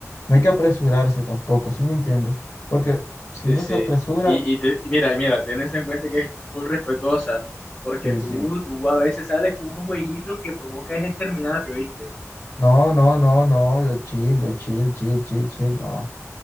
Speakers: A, on the left; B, on the left.
A: no hay que apresurarse tampoco, ¿sí me entiendes? Porque si
B: Sí,
A: uno
B: sí.
A: se apresura,
B: Y, y te, y mira, y mira, tenés en cuenta que es full respetuosa, porque
A: sí,
B: tú,
A: sí.
B: tú a veces sales con unos jueguitos que provoca es exterminarte, ¿oíste?
A: No, no, no, no, yo chill, yo chill, chill, chill, chill, no.